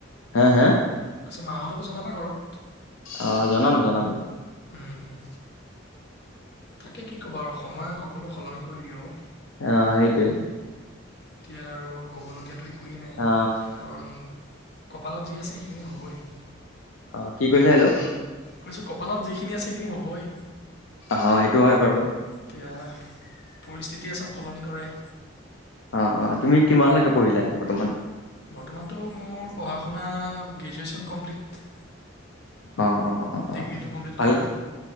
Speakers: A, on the left; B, on the left.
A: হা হা
B: কৈছোঁ মাহঁতকো জনাবা ঘৰত।
A: অ', জনাম, জনাম।
B: উম, উম। তাকে কি ক'ব আৰু সময় সকলো সলনি কৰি দিয়ে অ'।
A: অ', সেইটোৱে।
B: এতিয়া আৰু ক'বলগীয়াতো একোৱেই নাই
A: অ
B: কাৰণ। কপালত যি আছে সেইখিনি হ'বই।
A: অ', কি কৈছা হেল্ল'।
B: কৈছোঁ কপালত যিখিনি আছে সেইখিনি হ'বই।
A: অ', সেইটো হয় বাৰু।
B: এতিয়া পৰিস্থিতিয়ে চব সলনি কৰে।
A: অ', অ'তুমি কিমানলৈকে পঢ়িলা বৰ্তমান।
B: বৰ্তমানটো মোৰ পঢ়া শুনা গ্ৰেজুৱেশ্যন কমপ্লিট।
A: অ', অ'। অ
B: ডিগ্ৰীটো কমপ্লিট
A: ভাল
B: কৰিলোঁ।